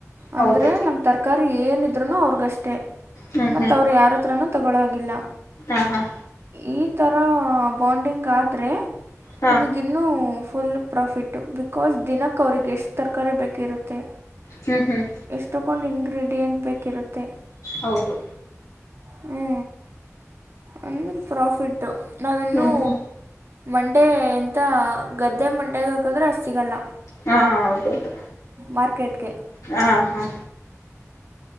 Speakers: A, on the left; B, on the right.
A: ಹೌದು
B: ಅಂದರೆ ನಮ್ಮ ತರಕಾರಿ ಏನಿದ್ರುನು ಅವ್ರಿಗಷ್ಟೆ.
A: ಹ್ಮ್
B: ಮತ್ತ ಅವ್ರು ಯಾರತ್ರನೂ ತಗೊಳ್ಳೋಗಿಲ್ಲ.
A: ಆ ಹ.
B: ಈ ತರ ಬಾಂಡಿಂಗ್ ಆದ್ರೆ
A: ಹಾ
B: ನಿಮಗೆ ಇನ್ನೂ ಫುಲ್ ಪ್ರಾಫಿಟ್ ಬಿಕಾಸ್ ದಿನಕ್ಕೆ ಅವ್ರರಿಗೆ ಎಷ್ಟು ತರಕಾರಿ ಬೇಕಿರುತ್ತೆ.
A: ಹ್ಮ್ ಹ್ಮ್.
B: ಎಷ್ಟಕೊಂಡು ಇಂಗ್ರೀಡಿಯೆಂಟ್ ಬೇಕಿರುತ್ತೆ.
A: ಹೌದು.
B: ಹ್ಞೂ ಆನ್ಮೇಲೆ ಪ್ರಾಫಿಟ್ಟು. ನಾವಿನ್ನೂ
A: ಹ್ಮ್ ಹ್ಮ್
B: ಮಂಡೆ ಎಂತ ಗದ್ದೆ ಮಂಡ್ಯೆಗೆ ಹಾಕಿದ್ರೆ ಸಿಗೋಲ್ಲ.
A: ಹಾ ಹೌದೌದು
B: ಮಾರ್ಕೆಟ್ಗೆ
A: ಹಾ ಹಾ.